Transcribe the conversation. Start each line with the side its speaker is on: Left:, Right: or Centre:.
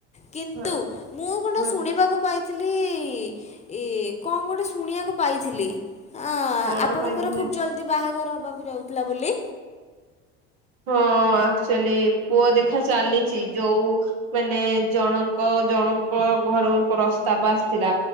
Left: କିନ୍ତୁ
Right: ହଁ
Left: ମୁଁ କଣ
Right: ହଁ
Left: ଶୁଣିବାକୁ ପାଇ ଥିଲି-ଇ ଏ କଣ ଗୋଟେ ଶୁଣିବାକୁ ପାଇଥିଲି। ହଁ
Right: କଣ
Left: ଆପଣଙ୍କର
Right: ପାଇଥିଲେ
Left: ଖୁବ ଜଲଦି ବାହାଘର ହବାକୁ ଯାଉଥିଲା ବୋଲି
Right: ହଁ ଆକ୍ଚୁଆଲି ପୁଅ ଦେଖା ଚାଲିଛି ଯୋଉ ମାନେ ଜଣଙ୍କ ଜଣଙ୍କ ଘରୁ ପ୍ରସ୍ତାବ ଆସିଥିଲା